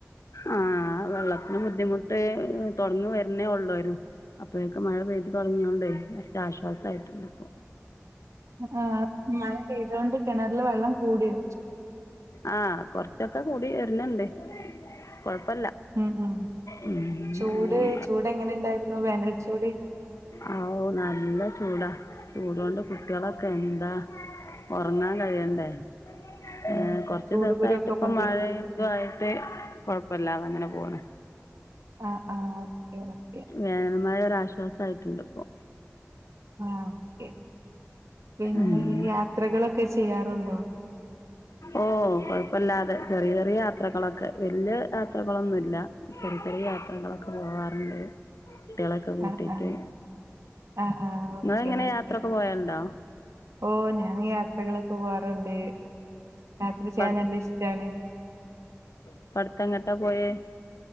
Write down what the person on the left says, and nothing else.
ആ വെള്ളത്തിന് ബുദ്ധിമുട്ട് തുടങ്ങി വരുന്നേ ഉള്ളൂരു അപ്പോഴൊക്കെ മഴ പെയ്ത് തുടങ്ങിയോണ്ടേ കുറച്ച് ആശ്വാസം ആയിട്ടുണ്ട് ഇപ്പൊ
ആ കൊറച്ചൊക്കെ കൂടി വരുന്നുണ്ട് കൊഴപ്പല്ല
ഉം
ആ ഓ നല്ല ചൂടാ ചൂട്കൊണ്ട് കുട്ടികളൊക്കെ എന്താ ഉറങ്ങാൻ കഴിയണ്ടേ
ഏ കുറച്ച്
ദിവസായിട്ട്
ഇപ്പം
മഴയും ഇതുവായിട്ട് കൊഴപ്പല്ലാതെ അങ്ങനെ പോണ്
വേനൽമഴ ഒരാശ്വസം ആയിട്ടുണ്ട് ഇപ്പൊ
ഉം.
ഓ കൊഴപ്പല്ലാതെ ചെറിയ ചെറിയ യാത്രകളൊക്കെ വല്യ യാത്രകളൊന്നുല്ല ചെറിയ ചെറിയ യാത്രകളൊക്കെ പോകാറുണ്ട് കുട്ടികളെയൊക്കെ കൂട്ടിട്ട്
നിങ്ങള് എങ്ങനെ
യാത്രൊക്കെ പോയലുണ്ടോ
ഇപ്പം
ഇപ്പം അടുത്ത് എങ്ങട്ടാ പോയെ